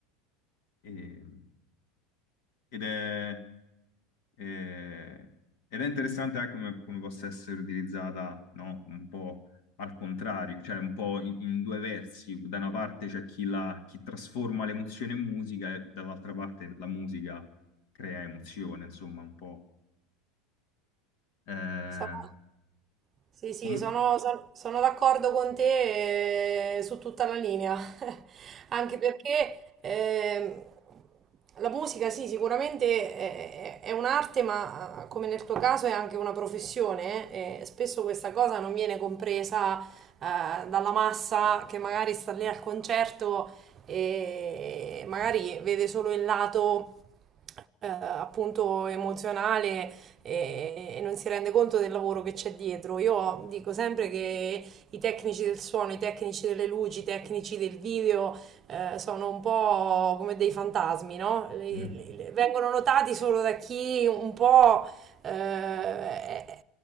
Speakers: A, on the left; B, on the right.
A: E- ed è. E- ed è interessante anche come, come possa essere utilizzata, no? Un po' al contrario, cioè un po' in, in due versi. Da una parte c'è chi, la- chi trasforma l'emozione in musica e dall'altra parte la musica crea emozione, insomma, un po'. Eh,
B: Stavo- Sì, sì,
A: come?
B: sono, son- sono d'accordo con te eh, su tutta la linea, <laughs> anche perché ehm, la musica, sì, sicuramente è, è- è un'arte, ma ah, come nel tuo caso è anche una professione, eh, e spesso questa cosa non viene compresa eh, dalla massa che magari sta lì al concerto e magari vede solo il lato eh, appunto emozionale e, e non si rende conto del lavoro che c'è dietro. Io dico sempre che i tecnici del suono, i tecnici delle luci, i tecnici del video eh, sono un po' come dei fantasmi, no? Le-
A: <laughs>
B: le- le- vengono notati solo da chi un po' eh, è,